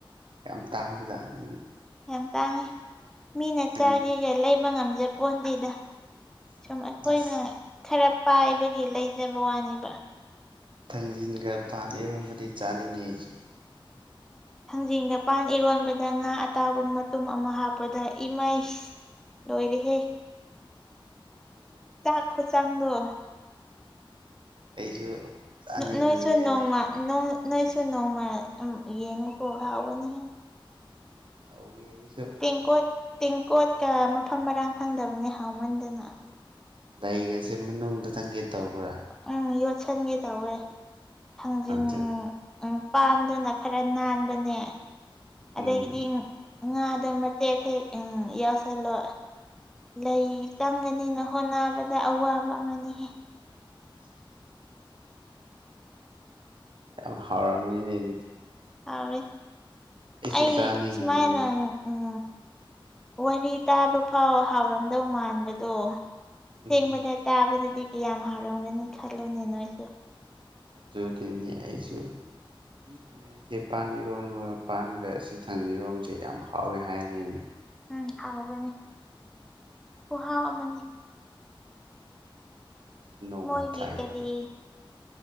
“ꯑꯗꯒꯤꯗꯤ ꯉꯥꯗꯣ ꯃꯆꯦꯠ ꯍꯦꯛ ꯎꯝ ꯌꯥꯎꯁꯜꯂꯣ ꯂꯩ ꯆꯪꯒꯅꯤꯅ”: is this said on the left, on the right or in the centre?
Centre